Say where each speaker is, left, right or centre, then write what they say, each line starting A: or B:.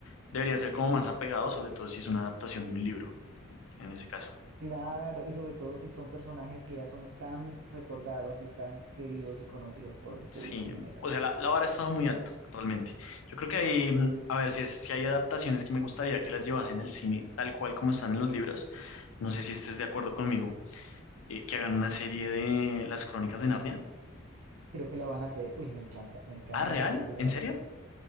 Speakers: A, on the left (about 75°); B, on the right (about 85°).
A: debería ser como más apegado, sobre todo si es una adaptación de un libro, en ese caso.
B: claro, y sobre todo si son personajes que ya son tan recordados y tan queridos y conocidos por el público
A: Sí,
B: en general.
A: o sea, la, la vara ha estado muy alta, realmente. Yo creo que hay, mm, a ver, si, es- si hay adaptaciones que me gustaría que las llevasen al cine tal cual como están en los libros, no sé si estés de acuerdo conmigo. eh, que hagan una serie de Las Crónicas de Narnia.
B: Creo que la van a hacer. Uy, me encanta, me encantan
A: Ah, ¿real?
B: los libros de
A: ¿En
B: la
A: serio?
B: crónica.